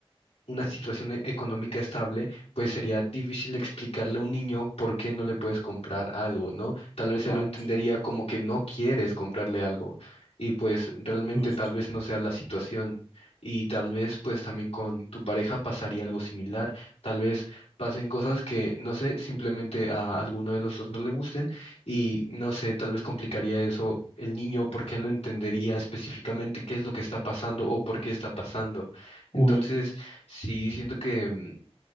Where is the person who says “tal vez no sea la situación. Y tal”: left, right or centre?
Left